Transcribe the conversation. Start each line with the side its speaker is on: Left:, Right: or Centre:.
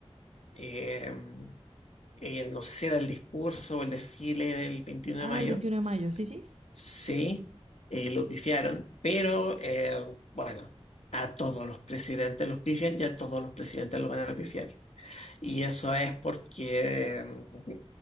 Left: eh, eh, no sé si era el discurso o el desfile del 21
Right: Ah,
Left: de mayo.
Right: el 21 de mayo, sí, sí.
Left: Sí, eh, lo pifiaron. Pero, eh, bueno, a todos los presidentes los pifian y a todos los presidentes los van a pifiar. Y eso es porque mm,